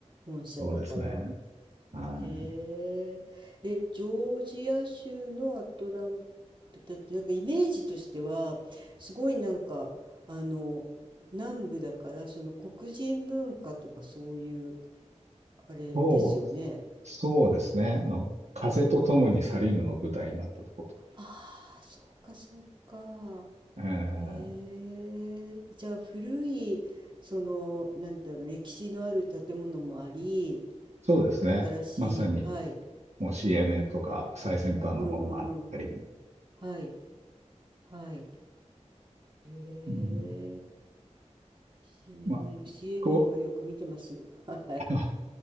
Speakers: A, on the right; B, on the right.
A: 本社だから。
B: そうですね。はい。
A: へえ。え、ジョージア州のアトランタって、なんかイメージとしては、すごいなんか、あの、南部だから、その黒人文化とかそういう、あれですよね。
B: そう、そうですね。あの、風と共にサリぬの舞台になったとこと。
A: うん。ああ、そうか、そうか。
B: えー
A: へえ。じゃあ、古い、その、なんだろう、歴史のある建物もあり、
B: そうですね。
A: 新しい、
B: まさに、
A: はい。へ
B: もう CNN
A: え。
B: とか最先端のものもあったり。
A: うんうんうん。はい。はい。へえ。
B: うん、
A: CNN、
B: まあ、
A: c
B: こ
A: n はよく見てます。はい。
B: う、<laughs>